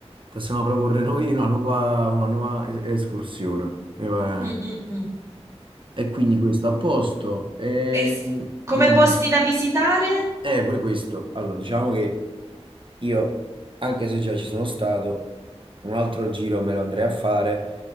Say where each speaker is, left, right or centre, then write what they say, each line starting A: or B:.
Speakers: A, on the right (about 50°); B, on the right (about 30°).
A: possiamo proporre noi una nuova, una nuova es- escursione. Mi pare.
B: Mm, mm, mm.
A: E quindi questo a posto. E...
B: E s- come
A: dimmi.
B: posti da visitare?
A: Eh, pure questo. Allora, diciamo che io, anche se già ci sono stato, un altro giro me lo andrei a fare,